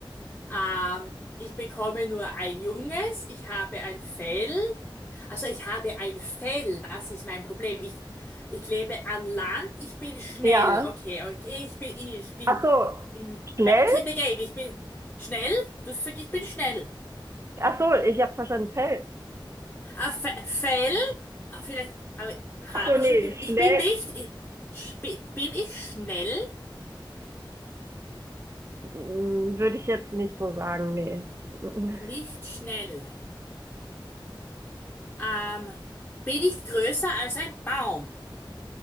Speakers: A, on the left; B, on the right.
A: Ähm, ich bekomme nur ein junges, ich habe ein Fell. Also ich habe ein Fell, das ist mein Problem. Ich, ich lebe an Land, ich bin schnell.
B: Ja.
A: Okay, okay, ich bin, ich bin,
B: Ach so,
A: bin
B: schnell?
A: back in the game. Ich bin schnell. Du sagst, ich bin schnell.
B: Ach so, ich habe verstanden, Fell.
A: Ein Fe- Fell, Ah, vielleicht, aber habe
B: Ach so, nee,
A: ich schon gesagt. Ich
B: schnell
A: bin nicht, ich, sp- bin ich schnell?
B: mm, würde ich jetzt nicht so sagen, nee. Mm,
A: Nicht schnell. Ähm, bin ich größer als ein Baum?